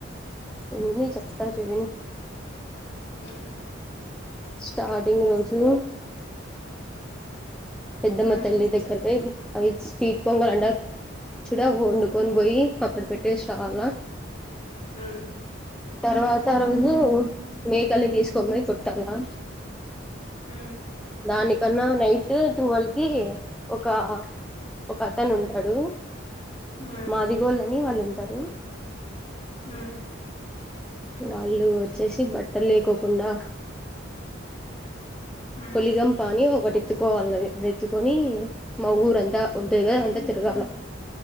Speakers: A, in the centre; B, on the left.
A: ఉ చెప్పతా చెవినా
B: హ
A: స్టార్టింగ్ రోజు పెద్దమ్మ
B: ఉమ్
A: తల్లి దక్కరపై అయి స్పీడ్ పొంగలంట చూడ వండుకొని పోయి అక్కడ పెట్టి టేస్వాలానా
B: ఉమ్
A: తర్వాత రోజు మేకల్ని తీసుకొన్ పోయి కొట్టాలా
B: ఉ
A: దానికన్నా నైట్ టువల్ కి ఒక ఒక అతను ఉంటాడు
B: ఉమ్
A: మాదిగోళ్ళని వాళ్ళు ఉంటారు
B: మ్
A: వాళ్ళు వచ్చేసి బట్టలు లేకోకుండా
B: ఉమ్
A: పొలిగమ్ పాని ఒకటి ఎత్తుకోవాల ఎత్తుకొని మా ఊరంతా ఉంటది కదా అంతా తిరగాల